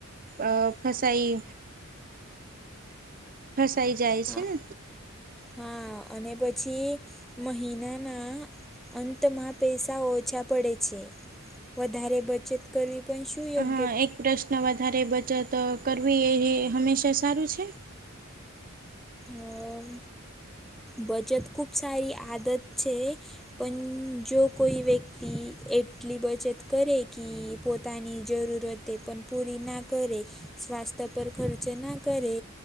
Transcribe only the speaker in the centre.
હા
હા અને પછી, મહિનાના અંતમાં પૈસા ઓછા પડે છે, વધારે બચત કરવી પશુંયગ
અમ, બચત ખુબ સારી આદત છે. પણ જો કોઈ વ્યક્તિ એટલી બચત કરે કી પોતાની જરૂરત તે પણ પૂરી ના કરે, સ્વાસ્થ પર ખર્ચ ના કરે.